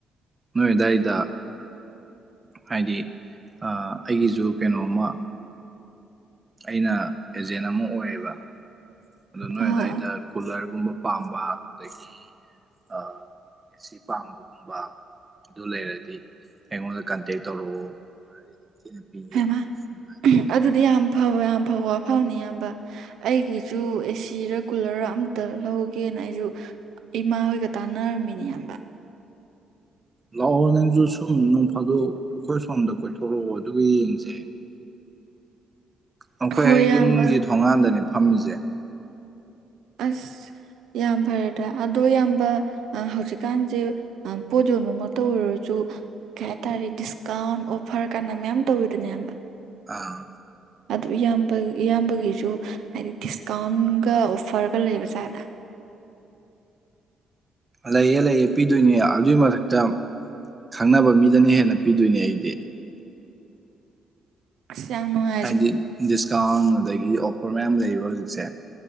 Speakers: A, on the right; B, on the right.
A: ꯅꯣꯏ ꯑꯗꯥꯏꯗ ꯍꯥꯏꯗꯤ ꯑꯩꯒꯤꯖꯨ ꯀꯩꯅꯣꯝꯃ ꯑꯩꯅ ꯑꯦꯖꯦꯟ ꯑꯃ ꯑꯣꯏꯌꯦꯕ ꯑꯗꯣ ꯅꯣꯏ
B: ꯑꯥ
A: ꯑꯗꯨꯗꯥꯏꯗ
B: ꯑꯥ
A: ꯀꯨꯂꯔꯒꯨꯝꯕ ꯄꯥꯝꯕ ꯑꯗꯒꯤ ꯑꯦꯁꯤ ꯄꯥꯝꯕꯒꯨꯝꯕ ꯑꯗꯨ ꯂꯩꯔꯗꯤ ꯑꯩꯉꯣꯟꯗ ꯀꯟꯇꯦꯛ ꯇꯧꯔꯛꯑꯣ ꯌꯥꯝ ꯊꯤꯅ ꯄꯤꯒꯦꯅ
B: ꯍꯥꯏꯃ
A: ꯑꯩ ꯁꯨꯝ ꯍꯥꯏꯕꯅꯤꯗ
B: ꯑꯗꯨꯗꯤ ꯌꯥꯝ ꯐꯕ ꯌꯥꯝ ꯐꯕ ꯋꯥꯐꯝꯅꯤ ꯏꯌꯥꯝꯕ ꯑꯩꯒꯤꯖꯨ ꯑꯦꯁꯤꯔ ꯀꯨꯂꯔ ꯑꯃꯝꯇ ꯂꯧꯒꯦꯅ ꯑꯩꯖꯨ ꯏꯃꯥ ꯍꯣꯏꯒ ꯇꯥꯟꯅꯔꯝꯃꯤꯅꯦ ꯏꯌꯥꯝꯕ
A: ꯂꯥꯛꯑꯣ ꯅꯪꯖꯨ ꯁꯨꯝ ꯅꯣꯡ ꯐꯥꯗꯣꯛ ꯑꯩꯈꯣꯏ ꯁꯣꯝꯗ ꯀꯣꯏꯊꯣꯛꯂꯛꯑꯣ ꯑꯗꯨꯒ ꯌꯦꯡꯖꯦ ꯑꯩꯈꯣꯏ
B: ꯍꯣꯏ
A: ꯍꯦꯛ
B: ꯏꯌꯥꯝꯕ
A: ꯌꯨꯝꯒꯤ ꯊꯣꯡꯉꯥꯟꯗꯅꯦ ꯐꯝꯃꯤꯖꯦ
B: ꯑꯁ ꯌꯥꯝ ꯐꯔꯦ ꯗ ꯑꯗꯣ ꯏꯌꯥꯝꯕ ꯍꯧꯖꯤꯛꯀꯥꯟꯖꯦ ꯑꯥ ꯄꯣꯠ ꯌꯣꯟꯕ ꯃꯠꯇ ꯑꯣꯏꯔꯖꯨ ꯀꯩ ꯍꯥꯏꯇꯥꯔꯦ ꯗꯤꯁꯀꯥꯎꯟ ꯑꯣꯐꯔ ꯀꯥꯅ ꯃꯌꯥꯝ ꯇꯧꯋꯤꯗꯅꯦ ꯏꯌꯥꯝꯕ
A: ꯑꯥ
B: ꯑꯗꯨ ꯏꯌꯥꯝꯕ ꯏꯌꯥꯝꯕꯒꯤꯖꯨ ꯍꯥꯏꯗꯤ ꯗꯤꯁꯀꯥꯎꯟꯒ ꯑꯣꯐꯔꯒ ꯂꯩꯕ ꯖꯥꯠꯗ
A: ꯂꯩꯌꯦ ꯂꯩꯌꯦ ꯄꯤꯗꯣꯏꯅꯦ ꯑꯗꯨꯏ ꯃꯊꯛꯇ ꯈꯪꯅꯕ ꯃꯤꯗꯅ ꯍꯦꯟꯅ ꯄꯤꯗꯣꯏꯅꯦ ꯑꯩꯗꯤ
B: ꯑꯁ ꯌꯥꯝ ꯅꯨꯡꯉꯥꯏ
A: ꯍꯥꯏꯗꯤ ꯗꯤꯁꯀꯥꯎꯟ ꯑꯗꯒꯤ ꯑꯣꯐꯔ ꯃꯌꯥꯝ ꯂꯩꯌꯦꯕ ꯍꯧꯖꯤꯛꯁꯦ